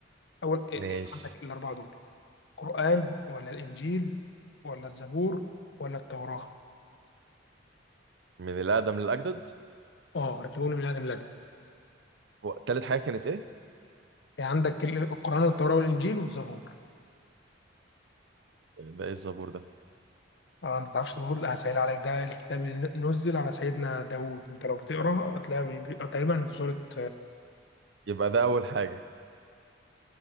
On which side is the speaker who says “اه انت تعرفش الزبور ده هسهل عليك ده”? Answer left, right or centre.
Left